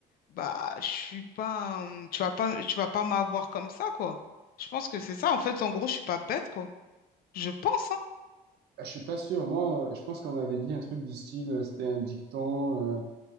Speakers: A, on the left; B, on the right.
A: Bah, je suis pas. un- Tu vas pas, tu vas pas m'avoir comme ça, quoi. Je pense que c'est ça. En fait, en gros, je suis pas bête, quoi. Je pense, hein.
B: euh, Je suis pas sûr. Moi, euh, je pense qu'on m'avait dit un truc du style, euh, c'était un dicton. euh,